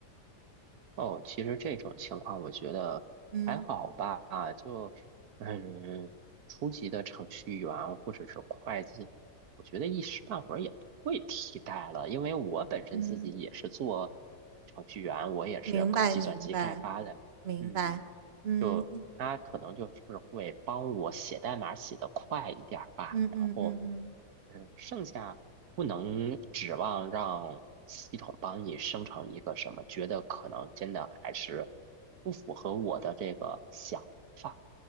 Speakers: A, on the right; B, on the right.
A: 哦，其实这种情况我觉得还好吧，
B: 嗯
A: 就嗯，初级的程序员或者是会计，我觉得一时半会儿也不会替代了，因为我本身自己也是做
B: 嗯，
A: 程序员，我也是搞计算机开发的，
B: 明白明白。明白。
A: 嗯，
B: 嗯
A: 就他可能就是会帮我写代码写得快一点儿吧，
B: 嗯嗯嗯嗯。
A: 然后嗯，剩下不能指望让系统帮你生成一个什么，觉得可能真的还是不符合我的这个想法。